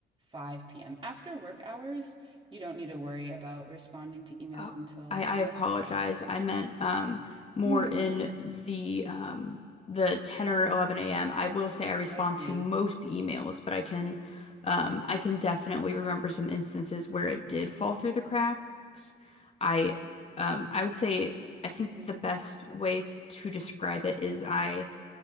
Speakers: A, on the right (about 25°); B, on the left (about 30°).
A: 5 p.m. After work hours, you don't need to worry about responding to emails
B: Oh,
A: until
B: I, I
A: the
B: apologize.
A: next day.
B: I meant um more
A: Hmm,
B: in the um the 10 or 11 a.m. I will say I respond
A: I see.
B: to most emails, but I can um I can definitely remember some instances where it did fall through the cracks. I um I would say I think
A: Mm-hmm.
B: the best way to describe it is I